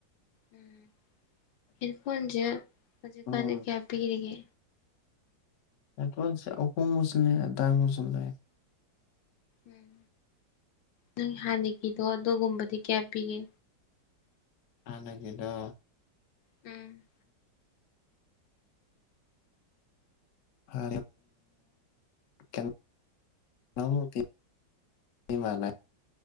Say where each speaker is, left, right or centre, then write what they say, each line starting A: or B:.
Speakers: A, on the left (about 80°); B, on the left (about 60°).
A: ꯎꯝ ꯍꯑꯦꯐꯣꯟꯖꯦ ꯍꯧꯖꯤꯀꯥꯟꯁꯦ
B: ꯎꯝ
A: ꯀꯌꯥ ꯄꯔꯤꯒꯦ
B: <unintelligible>
A: ꯎꯝ ꯅꯪ ꯍꯥꯟꯅꯒꯤꯗꯣ ꯑꯗꯨꯒꯨꯝꯕꯗꯤ ꯀꯌꯥ ꯄꯤꯒꯦ
B: ꯑꯅꯥ ꯀꯦꯗꯣ
A: ꯎꯝ
B: ꯑ ꯀ <unintelligible> ꯃ ꯂꯩ